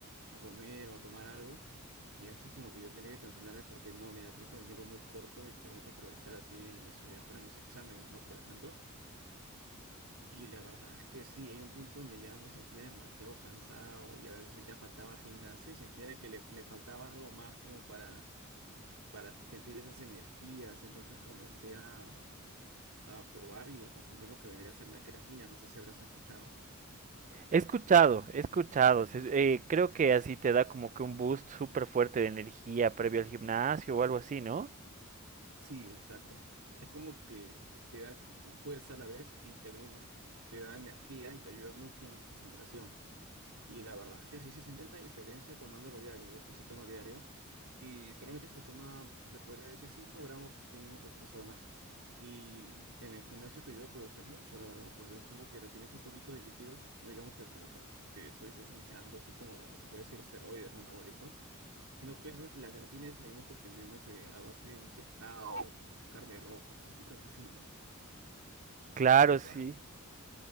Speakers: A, on the right; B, on the right.
A: a comer o a tomar algo. Y así es como que yo tenía que cancelarles porque no, mira, estoy con el tiempo muy corto y tengo que aprovechar así en estudiar para mis exámenes, ¿no? Por ejemplo. Y la verdad es que sí, hay un punto donde ya me sentía demasiado cansado y a veces ya faltaba al gimnasio y sentía de que le- me faltaba algo más como para, para sentir esas energías. Y entonces comencé a, a probar y a consumir lo que vendría a ser la creatina. No sé si habrás escuchado.
B: He escuchado, he escuchado, se- eh, creo que así te da como que un boost súper fuerte de energía previo al gimnasio o algo así, ¿no?
A: Sí, exacto. Es como que te da fuerza a la vez y también es- te da energía y te ayuda mucho en la concentración. Y la verdad es que sí se siente la diferencia tomándolo diario, ya que se toma diario. Y solamente se toma, te podría decir, 5 gramos mínimo por persona. Y en el gimnasio te ayuda a progresar mucho, la verdad, porque es como que retienes un poquito de líquidos, no digamos que como que te, te estuvieses hinchando, así como se puede decir esteroides no anabólicos, sino que eso, es- la creatina es lo mismo que obtenemos eh, a base del pescado, carne roja, cositas así, ¿no?
B: Claro,
A: Y la verdad.
B: sí.